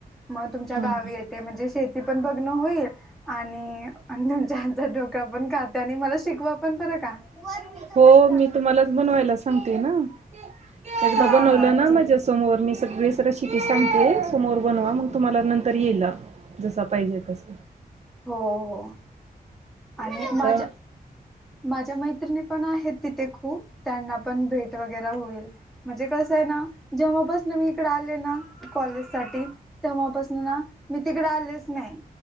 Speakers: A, in the centre; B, on the right (about 45°).
A: मग तुमच्या
B: ह
A: गावी येते म्हणजे शेती पण बग्न होईल आणि तुमच्या पण खात आणि मला शिकवा पण बरं का वर मी इथं
B: हो
A: बसलेलो.
B: मी तुम्हालाच बनवायला सांगते ना एकदा
A: हा
B: बनवलं
A: हा
B: ना
A: ठीक
B: माझ्या समोर मी सगळ वसर शती सांगतेय समोर बनवा मग तुम्हाला नंतर येईला जसा पाहिजे तस
A: हो हो आणि माझ्या
B: तर
A: माझ्या मैत्रिणी पण आहेत तिथे खूप त्यांना पण भेट वगैर होईल म्हणजे कस आहे ना जेव्हापास मी इकडे आले ना कॉलेज साठी तेव्हापासून ना मी तिकडे आलेच नाही